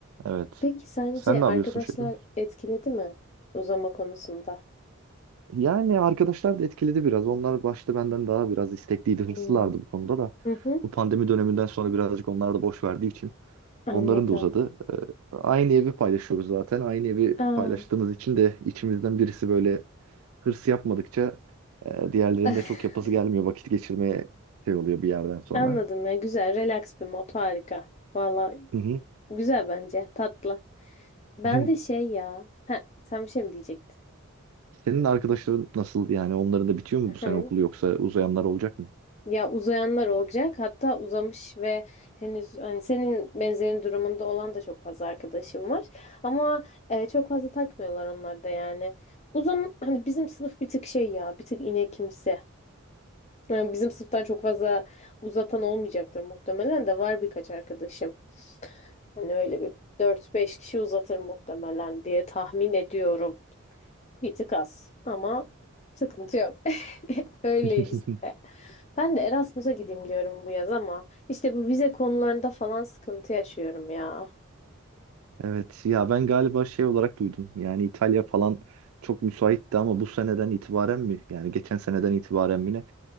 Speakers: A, on the right (about 80°); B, on the left (about 30°).
A: Evet.
B: Peki sence
A: Sen ne
B: arkadaşlar
A: yapıyorsun şey yapıyor musun?
B: etkiledi mi uzama konusunda?
A: Yani arkadaşlar da etkiledi biraz. Onlar başta benden daha biraz istekliydi,
B: Hmm.
A: hırslılardı bu konuda da.
B: Hı hı.
A: Bu pandemi döneminden sonra birazcık onlar da boş verdiği için.
B: Anladım.
A: Onların da uzadı. Ee, Aynı evi paylaşıyoruz zaten. Aynı evi
B: Aa.
A: paylaştığımız için de içimizden birisi böyle hırs yapmadıkça e, diğerlerinde
B: <laughs>
A: çok yapası gelmiyor. Vakit geçirmeye şey oluyor bir yerden sonra.
B: Anladım ya güzel relax bir mod harika. Valla
A: Hı hı.
B: güzel bence tatlı. Ben
A: <laughs> Hı.
B: de şey ya. Ha, sen bir şey mi diyecektin?
A: Senin arkadaşların nasıl yani onların da bitiyor
B: Hı.
A: mu bu sene okulu yoksa uzayanlar olacak mı?
B: Ya uzayanlar olacak hatta uzamış ve henüz hani senin benzerin durumunda olan da çok fazla arkadaşım var. Ama e, çok fazla takmıyorlar onlar da yani. Uzam hani bizim sınıf bir tık şey ya bir tık inekimsi. Yani bizim sınıftan çok fazla uzatan olmayacaktır muhtemelen de var birkaç arkadaşım. Hani öyle bir dört beş kişi uzatır muhtemelen diye tahmin ediyorum. Bir tık az ama sıkıntı yok. <laughs> Öyle
A: <laughs>
B: işte. Ben de Erasmus'a gideyim diyorum bu yaz ama işte bu vize konularında falan sıkıntı yaşıyorum ya.
A: Evet ya ben galiba şey olarak duydum. Yani İtalya falan çok müsaitti ama bu seneden itibaren mi? Yani geçen seneden itibaren mi?